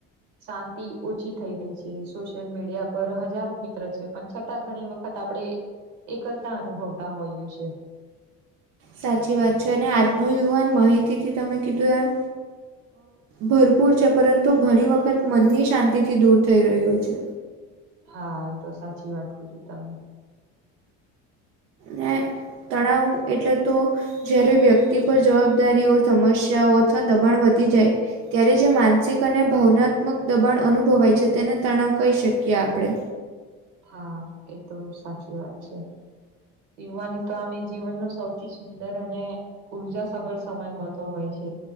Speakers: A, on the right; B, on the right.
A: શાંતિ ઓછી થઈ ગઈ છે સોશિયલ મીડિયા પર હજ હજારો મિત્ર છે પણ છતાં ઘણી વખત આપણે એકલતા અનુભવતા હોઈએ છીયે.
B: સાચી વાત છે અને આજનો યુવાન માહિતીથી તમે કીધું એમ ભરપૂર છે પરંતુ ઘણી વખત મનની શાંતિથી દૂર થઈ રહ્યો છે.
A: હા એ તો સાચી વાત કીધી તમે.
B: ને તણાવ એટલે તો જ્યારે વ્યક્તિ પર જવાબદારીઓ સમસ્યાઓ અથવા દબાણ વધી જાય ત્યારે જે માનસિક અને ભાવનાત્મક દબાણ અનુભવાય છે તેને તણાવ કહી શકીએ આપણે.
A: હા એ તો સાચી વાત છે. યુવાની તો અમે જીવન ન સૌથી સુંદર અને ઉર્જા સભર સમય હોતો હોય છે.